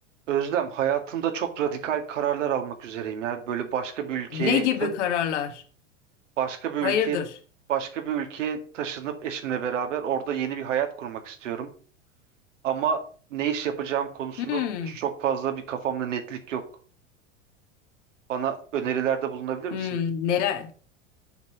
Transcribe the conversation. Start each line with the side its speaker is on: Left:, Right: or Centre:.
Right: Özlem, hayatımda çok radikal kararlar almak üzereyim. Yani böyle başka bir ülkeye,
Left: Ne gibi
Right: ta-
Left: kararlar?
Right: başka bir ülkeye,
Left: Hayırdır?
Right: başka bir ülkeye taşınıp eşimle beraber orada yeni bir hayat kurmak istiyorum. Ama ne iş yapacağım konusunda
Left: Hmm,
Right: çok fazla bir kafamda netlik yok. Bana önerilerde bulunabilir
Left: hmm,
Right: misin?
Left: neler?